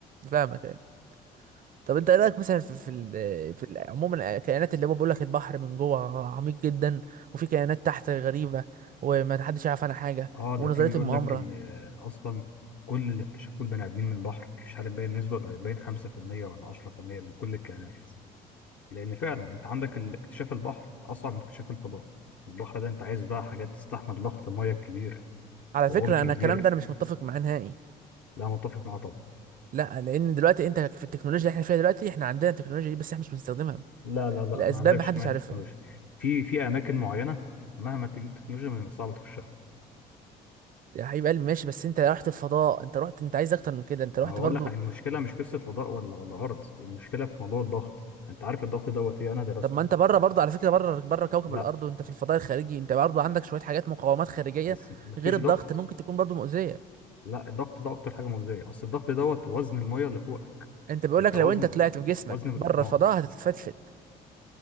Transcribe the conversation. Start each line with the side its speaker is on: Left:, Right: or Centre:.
Right: فاهمك ايوه طب انت ايه رايك مثلا في في ال- في ال- عموما الكائنات اللي هو بيقول لك البحر من جوه عميق جدا وفي كائنات تحت غريبه وما حدش يعرف عنها حاجه
Left: اه ده
Right: ونظريه
Left: في بيقول
Right: المؤامره
Left: لك ان اصلا كل اللي اكتشفوه البني ادمين من البحر مش عارف باين نسبه ولا باين 5% ولا 10% من كل الكائنات لان فعلا انت عندك ال- اكتشاف البحر اصعب من اكتشاف الفضاء البحر ده انت عايز بقى حاجات تستحمل ضغط الميه الكبير
Right: على
Left: وعمق
Right: فكره
Left: كبير
Right: انا الكلام ده انا مش متفق معاه نهائي
Left: لا متفق معاه طبعا
Right: لا لان دلوقتي انت في التكنولوجيا اللي احنا فيها دلوقتي احنا عندنا التكنولوجيا دي بس احنا مش بنستخدمها
Left: لا لا لا
Right: لاسباب
Left: ما عندكش
Right: محدش
Left: كمان
Right: عارفها
Left: تكنولوجيا في في اماكن معينه مهما تجيب تكنولوجيا من صعب تخشها
Right: يا حبيب قلبي ماشي بس انت رحت الفضاء انت رحت انت عايز اكتر من كده انت رحت
Left: ما هو
Right: برضو
Left: اقول لك عن المشكله مش قصه فضاء ولا ولا ارض المشكله في موضوع الضغط انت عارف الضغط دوت ايه انا درسته
Right: طب ما انت بره برضو على فكره بره بره كوكب
Left: لا
Right: الارض وانت في الفضاء الخارجي انت برضو عندك شويه حاجات مقاومات خارجيه
Left: بس ما
Right: غير
Left: فيش
Right: الضغط
Left: ضغط
Right: ممكن تكون برضو مؤذيه
Left: لا الضغط ده اكتر حاجه مؤذيه اصل الضغط دوت وزن الميه اللي فوقك
Right: انت بيقول
Left: انت
Right: لك لو
Left: وزن
Right: انت طلعت بجسمك
Left: وزن بالاطنان
Right: بره الفضاء هتتفتفت